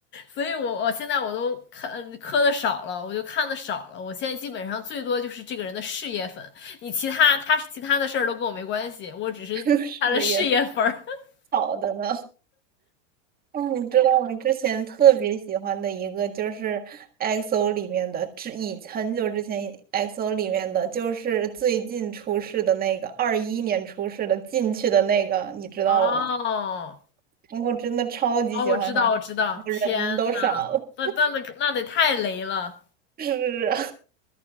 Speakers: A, on the left; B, on the right.
A: 所以我我现在我都看呃磕的少了，我就看的少了。我现在基本上最多就是这个人的事业粉，你其他他其他的事儿都跟我没关系，我只是他的事业粉儿。
B: <laughs> 是也
A: <laughs>
B: 好的呢。嗯，你知道我之前特别喜欢的一个就是 EXO 里面的，之以很久之前 EXO 里面的，就是最近出世的那个，二一年出世的进去的那个，你知道了吗？
A: 哦，
B: 我真的超级喜欢他，
A: 哦，我知道，我知道，
B: 我人都傻了。
A: 天，那那那那得太雷了，
B: 是啊，